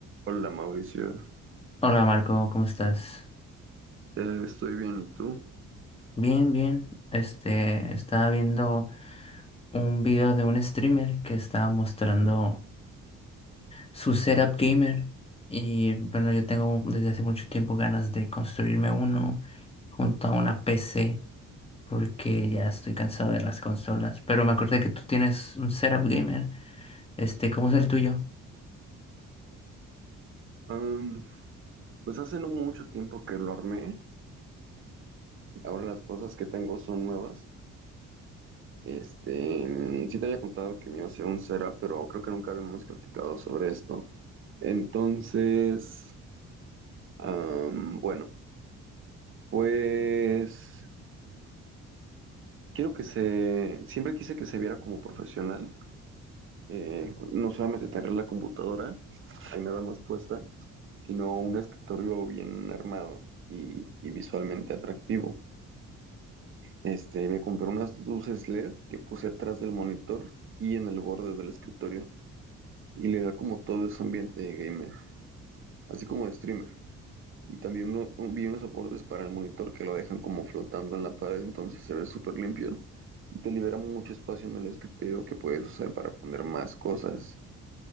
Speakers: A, on the right (about 45°); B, on the left (about 20°).
A: Hola Mauricio,
B: Hola Marco, ¿cómo estás?
A: Eh, estoy bien, ¿y tú?
B: Bien, bien. Este, estaba viendo un video de un streamer que estaba mostrando su setup gamer y bueno, yo tengo desde hace mucho tiempo ganas de construirme uno junto a una PC porque ya estoy cansado de las consolas, pero me acordé que tú tienes un setup gamer. Este, ¿cómo es el tuyo?
A: Am, pues hace no mucho tiempo que lo armé, ahora las cosas que tengo son nuevas. Este, mm, sí te había contado que me iba a hacer un setup, pero creo que nunca habíamos platicado sobre esto. Entonces, am, bueno, pues quiero que se, siempre quise que se viera como profesional, eh, no solamente tener la computadora ahí nada más puesta, sino un escritorio bien armado y, y visualmente atractivo. Este, me compré unas luces LED que puse atrás del monitor y en el borde del escritorio y le da como todo ese ambiente de gamer, así como de streamer. Y también uno, un- vi unos soportes para el monitor que lo dejan como flotando en la pared, entonces se ve súper limpio y te libera mucho espacio en el escritorio que puedes usar para poner más cosas.